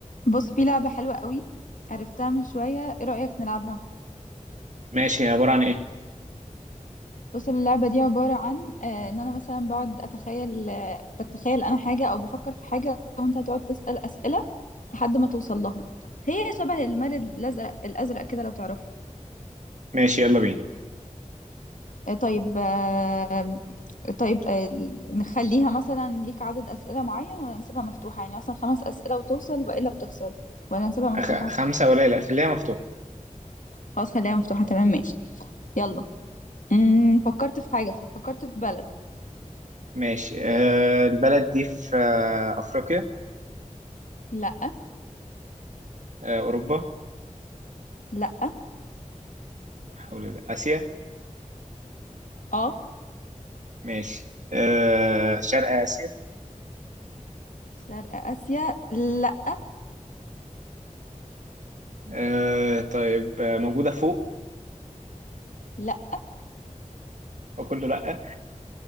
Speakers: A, on the left; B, on the right.
A: بص في لعبة حلوة قوي عرفتها من شوية ايه رأيك نلعبها
B: ماشي هي عبارة عن إيه؟
A: بص اللعبة دي عبارة عن آه، ان انا مثلا بقعد اتخيل آه، بتخيل انا حاجة او بفكر في حاجة وانت هتقعد تسأل أسئلة لحد ما توصل لها هي شبه المارد الازرق الازرق كده لو تعرفه
B: ماشي يلا بينا
A: آه، طيب آه، طيب آه، نخليها مثلا ليك عدد أسئلة معين ولا نسيبها مفتوحة يعني مثلا خمس أسئلة وتوصل والا بتخسر ولا نسيبها
B: أخ...
A: مفتوحة
B: خمسة قليلة خليها مفتوحة
A: خلاص خليها مفتوحة تمام ماشي يلا أمم، فكرت في حاجة فكرت في بلد
B: ماشي آه البلد دي في آه أفريقيا
A: لا
B: آه أوروبا
A: لا
B: حول الله. آسيا
A: اه
B: ماشي آه شرق آسيا
A: شرق اسيا لا
B: آه طيب آه موجودة فوق
A: لا
B: أو كله لأ